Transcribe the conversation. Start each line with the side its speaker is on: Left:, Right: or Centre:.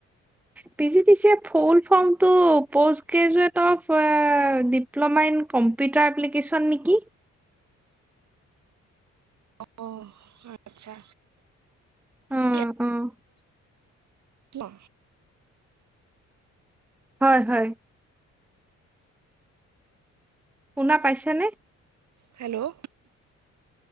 Centre: P G D C A ৰফোল ফৰ্মটো post graduate of diploma in computer application নেকি
Right: অঁ আচ্ছা। <inaudible>
Centre: অ' অ'
Right: না
Centre: হয় হয় শুনা পাইছে নে
Right: হেল্ল'